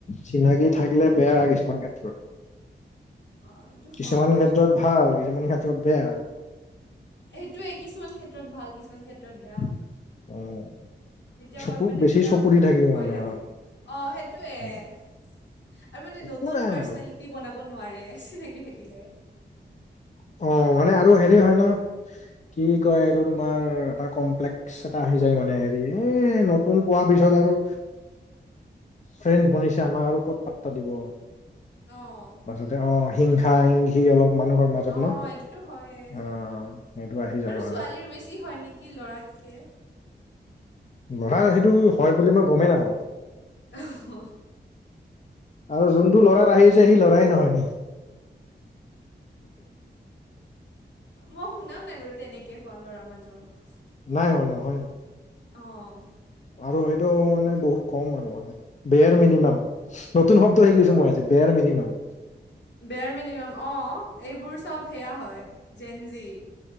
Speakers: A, on the left; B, on the left.
A: চিনাকি থাকিলে বেয়া কিছুমান ক্ষেত্ৰত
B: অঁ এইটো
A: কিছুমান
B: হয়
A: ক্ষেত্ৰত ভাল গিজ মান হাত বেয়া
B: সেইটোৱে কিছুমান ক্ষেত্ৰত ভাল কিছুমান ক্ষেত্ৰত বেয়া।
A: <inaudible>
B: এতিয়া
A: চকু
B: মই মানে
A: বেছি
B: পুৰা
A: চকু দি থাকিব
B: ভয়
A: মানে
B: লাগে অ', সেইটে আৰু
A: অ
B: মানে
A: একো
B: নতুন
A: নাই
B: পাৰ্চনেলিটি
A: আৰু
B: বনাব নোৱাৰে চিনাকি থাকিলে
A: অ', মানে আৰু হেৰি হয় ন কি কয় এইটো তোমাৰ এটা কমপ্লেক্স এটা আহি যায় মানে হেৰি এ নতুন পোৱাৰ পিছত আৰু ফ্ৰেণ বনিছে আমাক আৰু ক'ত পাত্তা দিব
B: অ'
A: তাৰ পাছতে অ হিংসা হিংসি অলপ মানুহৰ মাজত
B: অ',
A: ন
B: এইটোতো হয় আৰু
A: অ সেইটো আহি যায় মানে
B: ছোৱালীৰ বেছি হয় নেকি ল'ৰাত কে
A: ন সেইটো হয় বুলি মই গমেই নাপাওঁ
B: আহ
A: আৰু যোনতটো ল'ৰাৰ আহিছে সি লৰাই নহয় <inaudible>
B: মই শুনাও নাই বাৰু তেনেকে হোৱা ল'ৰাৰ মাজত
A: নাই হয় নহয়
B: অ'
A: আৰু সেইটো মানে বহুত কম আৰু মানে বেয়ৰ মিনিমাম নতুন শব্দ শিকিছো মই বেয়া মিনিমম।
B: বেৰ মিনিমাম অ' এইবোৰ চব সেয়া হয় জেনজি।